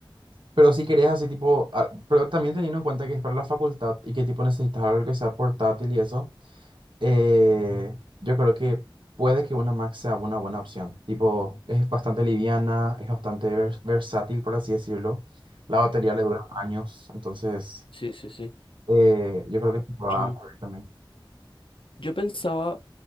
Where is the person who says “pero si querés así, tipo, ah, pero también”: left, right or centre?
Right